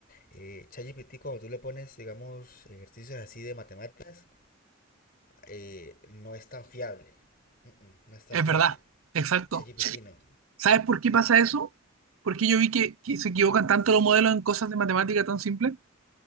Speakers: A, on the left; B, on the right.
A: Eh, ChatGPT, cuando tú le pones, digamos, ejercicios así de matemáticas, eh, no es tan fiable. Mm, mm, no es tan
B: Es
A: fiable.
B: verdad, exacto.
A: ChatGPT no.
B: ¿Sabes por qué pasa eso? Porque yo vi que, que se equivocan tanto los modelos en cosas de matemática tan simples.